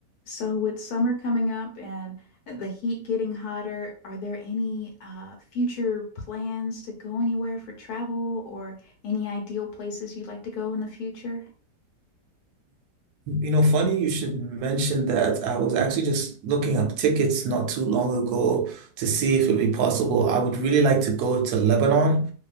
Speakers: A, on the left; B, on the right.
A: So with summer coming up and uh, the heat getting hotter, are there any uh, future plans to go anywhere for travel or any ideal places you'd like to go in the future?
B: You know, funny you should mention that. I was actually just looking up tickets not too long ago to see if it would be possible. I would really like to go to Lebanon.